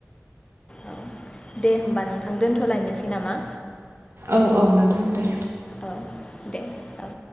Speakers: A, on the left; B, on the right.
A: औ दे होमबा नोंथां दोन्थ'लायनोसै नामा
B: औ औ नोंथां दे
A: औ दे औ